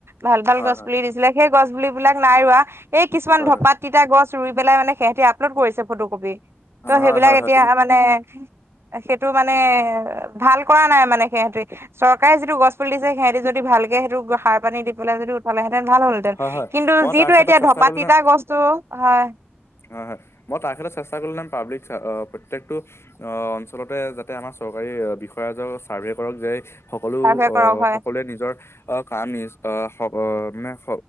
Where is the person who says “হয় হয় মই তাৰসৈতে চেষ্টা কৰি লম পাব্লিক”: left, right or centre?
Left